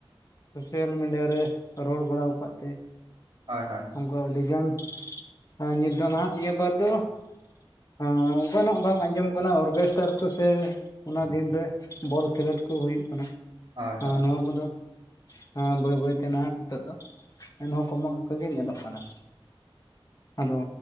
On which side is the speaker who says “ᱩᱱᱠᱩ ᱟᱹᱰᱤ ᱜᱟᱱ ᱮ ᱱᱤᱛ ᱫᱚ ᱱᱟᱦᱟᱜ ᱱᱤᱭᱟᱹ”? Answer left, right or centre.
Left